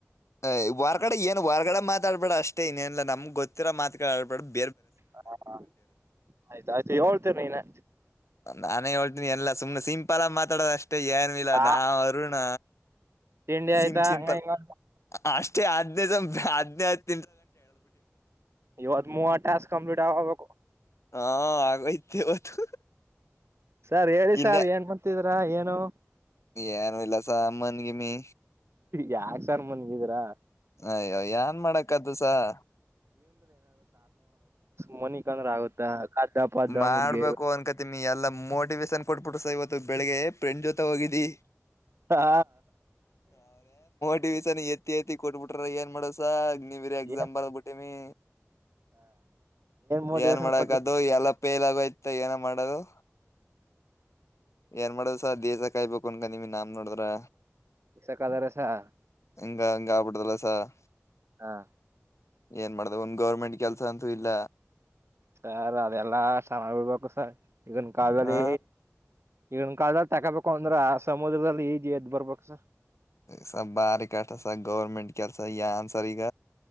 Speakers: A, on the left; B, on the right.
A: ಏ ಹೊರಗಡೆ ಏನ್ ಹೊರಗಡೆ ಮಾತಾಡ್ಬೇಡ ಅಷ್ಟೇ ಇನ್ನೇನಾ ನಮ್ಗೆ ಗೊತ್ತಿರೋ ಮಾತಾ ಆಡ್ಬೇಡ್ದ
B: ಹ ಆಯ್ತ ಆಯ್ತು ಯ ಹೇಳ್ತರ್ ನೀನೇ
A: ನಾನೇ ಹೇಳ್ತೀನಿ ಎಲ್ಲ ಸುಮ್ನೆ ಸಿಂಪಲ್ ಆಗ ಮಾತಾಡೋದ ಅಷ್ಟೇ ಏನ್ ಇಲ್ಲ
B: ಆ
A: ನಾ ಅರುಣ
B: ತಿಂಡಿ
A: ಸಿಂ
B: ಆಯ್ತಾ
A: ಸಿಂಪಲ್
B: ಹಂಗ ಹಿಂಗ
A: ಅ ಜ <unintelligible> ಆಜ್ <unintelligible>
B: ಇವತ್ ಮೂವತ್ ಟಾಸ್ಕ್ ಕಂಪ್ಲೀಟ್ ಆಬೇಕು. <inaudible>
A: ಹಾ ಆಗೋಯ್ತ್ ಇವತ್ತು.
B: ಸರ್ ಹೇಳಿ
A: ಇನ್ನೇ
B: ಸಾರ್ ಏನ್ ಮಾಡತಿರ್. ಏನೋ.
A: ಏನು ಇಲ್ಲಸರ್ ಅಮ್ಮನ್ಗೆಮಿ.
B: ಯಾಕ್ ಸಾರ್ ಮನ್ಗಿದೀರಾ.
A: ಅಯ್ಯ ಯನ್ ಮಾಡಕ್ ಆತ್ತದ್ ಸರ್.
B: ಮೋನಿಕಣು ಅಂದ್ರ ಆಗುತ್ತಾ. <unintelligible>
A: ಮಾಡ್ಬೇಕು
B: ಮುಡ್ಗೆ
A: ಅನ್ಕತಿನ್. ಎಲ್ಲ ಮೋಟಿವೇಶನ್ ಕೊಟ್ಬಿಟ್ಟರು ಸ ಇವತ್ತು ಬೆಳಿಗ್ಗೆ ಫ್ರೆಂಡ್ ಜೊತೆ ಹೋಗಿದ್ದಿ.
B: ಹಾ.
A: ರೇಷನ್ ಎತ್ತಿ ಎತ್ತಿ ಕೊಟ್ಬಿಟ್ರ ಏನ್ ಮಾಡೋದ್ ಸರ್. ನೀವಿರ್ ಎಕ್ಸಾಮ್
B: ಏನ್
A: ಬರಬಿಟ್ಟಿವಿ
B: ಮೋಟಿವೇಶನ್
A: ಏನ್ ಮಾಡಕಾದ್ದು
B: ಕೊಟ್ರು
A: ಎಲ್ಲ ಲಗೋಯ್ತ ಏನ ಮಾಡೋದು. ಏನ್ ಮಾಡೋದ್ ಸರ್ ಗಿಯ್ಸಿರ್ ಕಾಯಬೇಕ್ ಕೊಂಡನ ನಿಮ ನಾಮ್ ನೋಡಿದ್ರೆ
B: ಸೆ ಕಲರಸ <unintelligible>
A: ಎಂಗ ಹಂಗ ಆಗ್ಬುಟ್ರಲ್ಲ ಸರ್
B: ಹಾ.
A: ಏನ್ ಮಾಡೋದು ಒಂದ್ ಗೌರ್ಮೆಂಟ್ ಕೆಲ್ಸ ಅಂತೂ ಇಲ್ಲ.
B: ಸರ್ ಅವೆಲ್ಲಾ ಸಮ ಉಡ್ಬೇಕು ಸರ್. ಈಗನ್ ಕಾಲರೆ
A: ಆ
B: ಈಗನ್ ಕಾಲ ತಕೋಬೇಕು ಅಂದ್ರ ಆ ಸಮುದ್ರದಲ್ಲಿ ಈಜ ಎದ್ ಬರ್ಬೇಕ ಸರ್.
A: ಸ ಬಾರಿ ಕಾಟಸ ಗೌರ್ಮೆಂಟ್ ಕೆಲ್ಸ ಯಾನ್ಸಸಾ ಈಗ.